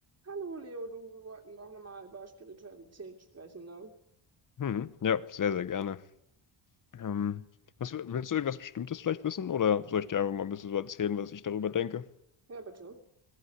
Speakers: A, on the right (about 30°); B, on the left (about 40°).
A: Hallo Leo, du, wir wollten doch nochmal über Spiritualität sprechen, ne?
B: Mhm. Ja, sehr, sehr gerne. Ähm, was, willst du irgendwas Bestimmtes vielleicht wissen oder soll ich dir einfach mal ein bisschen so erzählen, was ich darüber denke?
A: Ja, bitte.